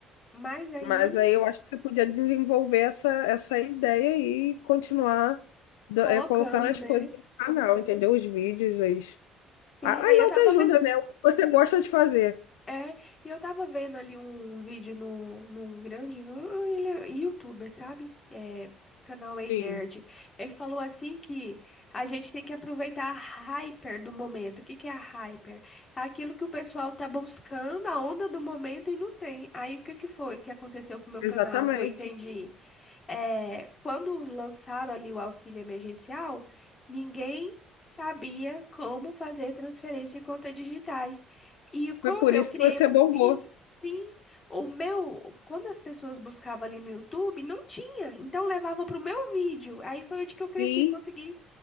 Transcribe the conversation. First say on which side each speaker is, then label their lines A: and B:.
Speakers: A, on the left (about 30°); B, on the left (about 80°).
A: mas aí
B: Mas aí eu acho que você podia desenvolver essa, essa ideia aí e continuar da-
A: colocando,
B: é, colocando as
A: né?
B: coisas no canal, entendeu? Os vídeos, as,
A: Sim,
B: a- as
A: aí eu
B: autoajuda,
A: tava vendo
B: né? O que você gosta de fazer.
A: É, e eu tava vendo ali um vídeo no, num grande, no, ele é youtuber, sabe? É, canal Ei
B: Sim,
A: Nerd. Ele falou assim que a gente tem que aproveitar a hyper do momento. O que que é a hyper? É aquilo que o pessoal tá buscando, a onda do momento e não tem. Aí o que que foi que aconteceu com o meu
B: Exatamente.
A: canal, que eu entendi? é, quando lançaram ali o auxílio emergencial, ninguém sabia como fazer transferência em contas digitais. E como
B: Foi por
A: eu
B: isso
A: criei
B: que você
A: um
B: bombou.
A: vídeo, sim, o meu, quando as pessoas buscavam ali no YouTube, não tinha, então levava para o meu vídeo. Aí foi onde que eu cresci,
B: sim.
A: consegui